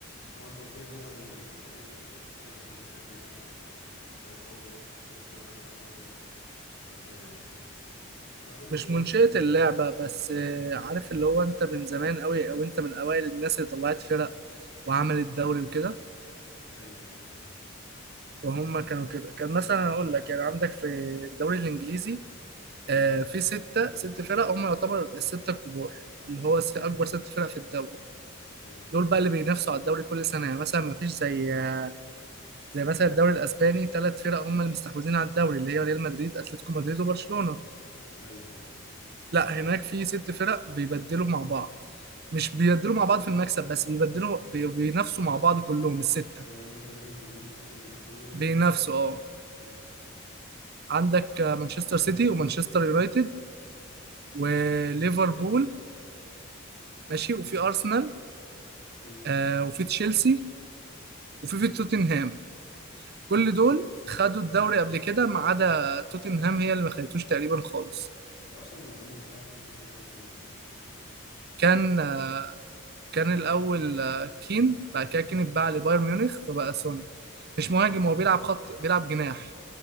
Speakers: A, on the left (about 65°); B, on the right (about 50°).
A: طبعا انت قلت لي طبعا ان بريطانيا هي اصلا منشئة اللعبة ف... فهو اول احسن ناس طبعا عارفوا يلعبوا اصلا بريطانيا يعني وكده فقول لي
B: مش
A: يعني
B: منشئة
A: الفرق اللي موجودة
B: اللعبة بس آه، عارف اللي هو انت من زمان قوي او انت من اوائل الناس اللي طلعت فرق وعملت دوري وكده
A: ايوه
B: وهم كانوا كده كان مثلا اقول لك يعني عندك في الدوري الانجليزي
A: مم.
B: آه، في ستة ست فرق هم يعتبر الستة الكبار اللي هو س- اكبر ست فرق في الدوري
A: مم.
B: دول بقى اللي بينافسوا على الدوري كل سنة يعني مثلا ما فيش زي آه، زي مثلا الدوري الاسباني ثلاث فرق هم اللي مستحوذين على الدوري اللي هي ريال مدريد اتلتيكو مدريد وبرشلونة
A: ايوه
B: لا هناك في ست فرق بيبدلوا مع بعض مش بيبدلوا مع بعض في المكسب بس بيبدلوا بي- بينافسوا مع بعض كلهم الستة
A: يعني هما تقريبا كلهم اصلا اقوياء وبي
B: بينافسوا اه
A: مم.
B: عندك آه، مانشستر سيتي ومانشستر يونايتد وليفربول ماشي وفي أرسنال
A: مم.
B: آه وفي تشيلسي وفي في توتنهام كل
A: اه
B: دول خدوا الدوري قبل كده ما عدا توتنهام هي اللي ما خدتوش تقريبا خالص
A: واصلا المهاجم بتاع توتنهام تقريبا سومر تقريبا صح
B: كان آه، كان الأول آه، كين بعد كده كين اتباع لبايرن ميونخ فبقى سون مش مهاجم
A: مم.
B: هو بيلعب خط بيلعب جناح